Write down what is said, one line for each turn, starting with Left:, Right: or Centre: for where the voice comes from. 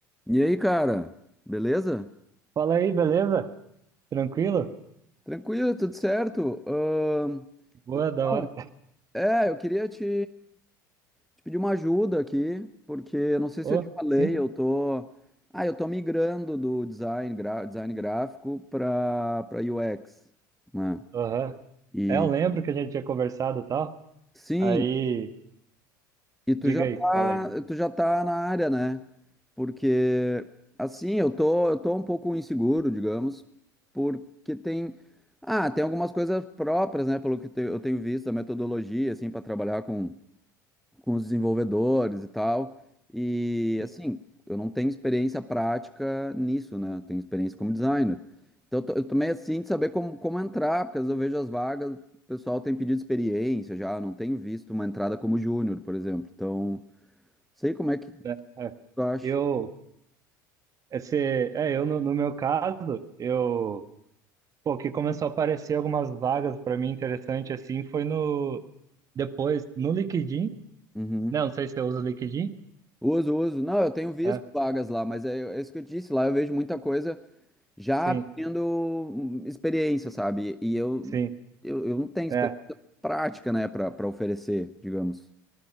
Centre: E aí, cara? Beleza?
Right: Fala aí, beleza? Tranquilo?
Centre: Tranquilo, tudo certo? Ahn,
Right: Boa,
Centre: então,
Right: da hora.
Centre: é, eu queria te, te pedir uma ajuda aqui, porque eu não sei
Right: Ô,
Centre: se eu te falei,
Right: sim?
Centre: eu tô, ah, eu tô migrando do design, gra- design gráfico para para UX, né?
Right: Aham.
Centre: E
Right: É, eu lembro que a gente tinha conversado e tal.
Centre: sim,
Right: Aí,
Centre: E tu
Right: diga
Centre: já tá,
Right: aí, fala aí.
Centre: tu já tá na área, né? Porque assim, eu tô, eu tô um pouco inseguro, digamos, porque tem ah, tem algumas coisas próprias, né, pelo que te- eu tenho visto, a metodologia assim para trabalhar com, com os desenvolvedores e tal. E
Right: Sim.
Centre: assim, eu não tenho experiência prática nisso, né? Eu tenho experiência como designer. Então eu tô, eu tô meio assim de saber como, como entrar, porque às vezes eu vejo as vagas, o pessoal tem pedido experiência já, eu não tenho visto uma entrada como júnior, por exemplo. Então, Sei como é que
Right: né? É.
Centre: tu acha.
Right: Eu, esse, é, eu no, no meu caso, eu, pô, que começou a aparecer algumas vagas para mim interessante assim, foi no, depois, no LinkedIn,
Centre: Uhum.
Right: né? Não sei se eu uso o LinkedIn.
Centre: Uso, uso. Não, eu tenho visto
Right: É,
Centre: vagas lá, mas é, é isso que eu disse. Lá eu vejo muita coisa já
Right: sim,
Centre: tendo hum, experiência, sabe? E eu,
Right: sim,
Centre: eu, eu não tenho experiência
Right: é.
Centre: prática, né, para para oferecer, digamos.